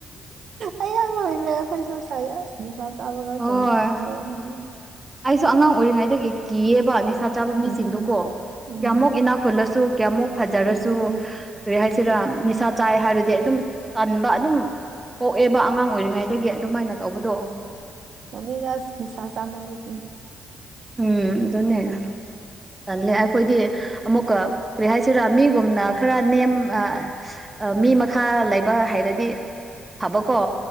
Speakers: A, on the right; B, on the right.
A: ꯑꯩ ꯌꯥꯝ ꯂꯣꯏꯕ꯭ꯔꯦ ꯑꯩꯈꯣꯏꯁꯨꯁꯥꯏꯁ <unintelligible> ꯁꯥꯗ ꯑꯕꯒ
B: ꯍꯣꯏ
A: ꯇ ꯑꯣꯏꯅ <unintelligible>
B: ꯑꯩꯁꯨ ꯑꯉꯥꯡ ꯑꯣꯏꯔꯤꯉꯩꯗꯒꯤ ꯀꯤꯑꯕ ꯅꯤꯁ ꯆꯥꯕ ꯃꯤꯁꯤꯡꯗꯨ
A: ꯎꯝ
B: ꯀꯣ
A: ꯎꯝ
B: ꯀꯌꯥꯃꯨꯛ ꯏꯅꯥꯛ ꯈꯨꯜꯂꯁꯨ ꯀꯌꯥꯃꯨꯛ ꯐꯖꯔꯁꯨ
A: ꯑꯗꯨꯅꯦ
B: ꯀꯔꯤ ꯍꯥꯏꯁꯤꯔꯥ ꯅꯤꯁꯥ ꯆꯥꯏ ꯍꯥꯏꯔꯗꯤ ꯑꯗꯨꯝ ꯇꯟꯥꯕ ꯑꯗꯨꯝ ꯄꯣꯛꯑꯦꯕ ꯑꯉꯥꯡ ꯑꯣꯏꯔꯤꯉꯩꯗꯒꯤ ꯑꯗꯨꯃꯥꯏꯅ ꯇꯧꯕꯗꯣ
A: ꯇꯟꯂꯤꯗ ꯑꯁ ꯅꯤꯁꯥ ꯆꯥꯕ ꯃꯤꯁꯤꯡꯁꯦ
B: ꯎꯝ ꯑꯗꯨꯅꯦꯦ ꯊꯟꯂ‌ꯦ ꯑꯩꯈꯣꯏꯗꯤ ꯑꯃꯨꯛꯀ ꯀꯔꯤ ꯍꯥꯏꯁꯤꯔꯥ ꯃꯤꯒꯨꯝꯅ ꯈꯔ ꯅꯦꯝ ꯑꯥ ꯃꯤ ꯃꯈꯥ ꯂꯩꯕ ꯍꯥꯏꯔꯗꯤ ꯐꯕꯀꯣ